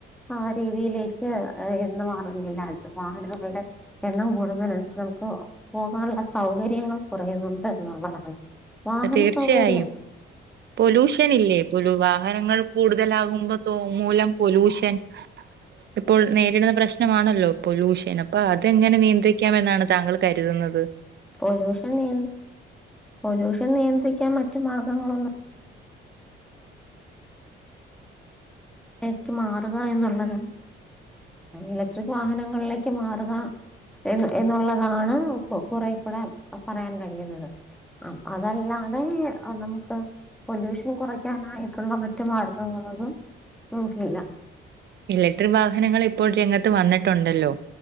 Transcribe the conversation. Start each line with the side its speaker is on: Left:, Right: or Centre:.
Centre: ആ രീതിയിലേക്ക് എന്ന് മാറുന്നില്ല അത് വാഹനങ്ങൾടെ എണ്ണം കൂടുന്നതിനൻസ്ച്ച് നമുക്ക് പോകാനുള്ള സൗകര്യങ്ങൾ കുറയുന്നുണ്ട് എന്നുള്ളതാണ് വാഹന
Right: തീർച്ചയായും
Centre: സൗകര്യം
Right: പൊല്യൂഷന്ല്ലേ പെലു വാഹനങ്ങൾ കൂടുതലാകുമ്പോ തോ മൂലം പൊലൂഷൻ ഇപ്പോൾ നേരിട്ന്ന പ്രശ്നമാണല്ലോ പാെലൂഷൻ അപ്പൊ അതെങ്ങെനെ നിയന്ത്റി ക്കാമെന്നാണ് താങ്കൾ കര്ത്‌ന്നത്
Centre: പാെലൂഷൻ നിയ പൊല്യൂഷൻ നിയന്ത്രിക്കാൻ മറ്റു മാർഗങ്ങളൊന്നും ക്ക് മാറുക എന്നുള്ളത് ഇലക്ട്രിക് വാഹനങ്ങളിലേക്ക് മാറുക എന്ന് എന്നുള്ളതാണ് കു കുറേ കൂടെ പറയാൻ കഴിയ്ന്നത് ആഹ് അതല്ലാതെ നമുക്ക് പൊലൂഷൻ കുറയ്ക്കാനായിട്ട്ള്ള മറ്റു മാർഗങ്ങളൊന്നും നോക്കീലാ
Right: ഇലക്ട്രിക് വാഹനങ്ങളിപ്പോൾ രംഗത്ത് വന്നിട്ടുണ്ടല്ലോ